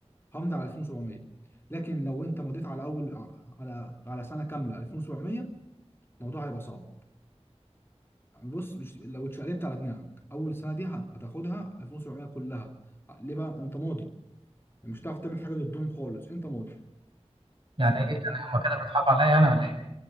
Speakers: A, on the left (about 20°); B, on the right (about 50°).
A: همضي على 2700 لكن لو انت مضيت على اول على على سنه كامله 2700 الموضوع هيبقى صعب بص مش لو اتشقلبت على دماغك اول سنه دي ه- هتاخدها 2700 كلها ليه بقى انت ماضي مش هتعرف تعمل حاجه ضدهم خالص انت ماضي
B: يعني ايه انا هما كده بيضحكوا عليا انا ولا ايه